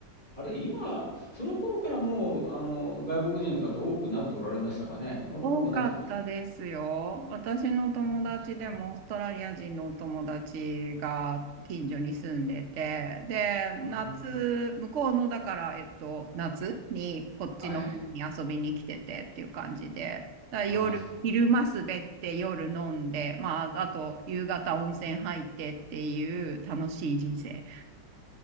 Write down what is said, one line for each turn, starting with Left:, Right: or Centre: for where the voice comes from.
Left: あれ、今、その頃からもう、あの、外国人の方多くなっておられましたかね。お多くなってました。
Right: 多かったですよ。私の友達でもオーストラリア人のお友達が近所に住んでて、
Left: そうですか。
Right: で、
Left: あ
Right: 夏、向こうのだから、えっと、夏にこっちの冬に遊びに来ててっていう感じで、
Left: あ、はい。
Right: だから夜、
Left: ああ、そうですか。
Right: 昼間滑って夜飲んで、まあ、あと夕方温泉入ってっていう楽しい人生。